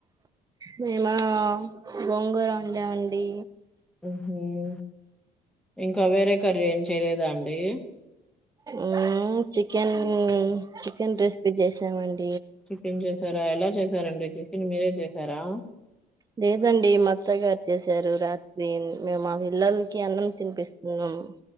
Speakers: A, on the right; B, in the centre.
A: మేమా గోంగూర వొండామండి
B: మ్మ్ హ్మ్ ఇంకా వేరే కర్రీ ఏం చేయలేదా అండి
A: మ్మ్ చికెన్ చికెన్ రెసిపీ చేసామండి
B: ఇంకెం చేస్ మీరెలా చేసారండి చికెన్ మీరే చేసారా
A: లేదండి మత్తగారు చేసారు రాత్రి మేము మా పిల్లలకి అన్నం తినిపిస్తున్నాము